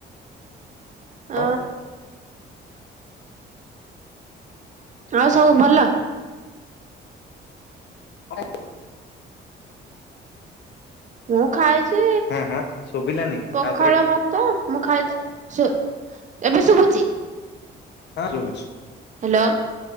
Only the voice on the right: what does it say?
ଅ
ଆଉ ସବୁ ଭଲ?
ମୁଁ ଖାଇଛି
ପଖାଳ
ଭା ତ ମୁଁ ଖାଇଛି ଏବେ ଶୁଭୁଛି।
ହ୍ୟାଲୋ